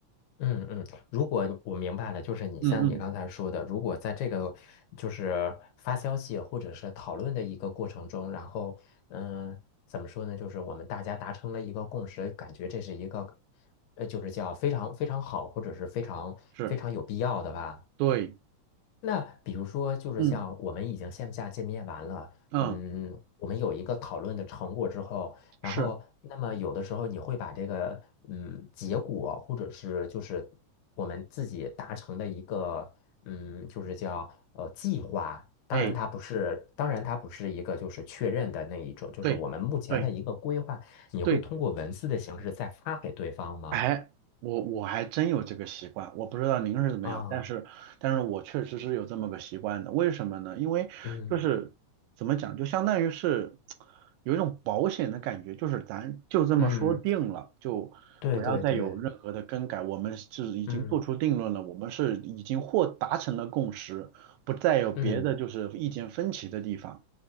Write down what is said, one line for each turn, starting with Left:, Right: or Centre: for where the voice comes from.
Left: 嗯嗯。如果我明白了，就是你像你刚才说的，
Right: 嗯嗯，
Left: 如果在这个就是发消息或者是讨论的一个过程中，然后嗯、呃怎么说呢？就是我们大家达成了一个共识，感觉这是一个呃，就是叫非常非常好，或者是非常非常有必要的吧。
Right: 是，对，
Left: 那比如说，就是像我们已经线下见面完了，
Right: 嗯嗯
Left: 嗯，我们有一个讨论的成果之后，然后那么有的时候你会把这个嗯结果，
Right: 是，
Left: 或者是就是我们自己达成的一个嗯，就是叫呃计划，当然它不是，
Right: 哎，
Left: 当然它不是一个就是确认的那一种，就是我们目前的一个规划，
Right: 对对
Left: 你会通过文字的形式再发给对方吗？
Right: 对。哎，我我还真有这个习惯，我不知道您是怎么样，
Left: 啊，
Right: 但是但是我确实是有这么个习惯的。为什么呢？因为就是怎么讲，
Left: 嗯
Right: 就相当于是有一种保险的感觉，就是咱就这么说定了，
Left: 嗯，
Right: 就不要再有任何的更改。
Left: 对对对，
Right: 我们是已经做出定论了，
Left: 嗯
Right: 我们是已经或达成了共识，不再有别的就是意见分歧的地方。
Left: 嗯。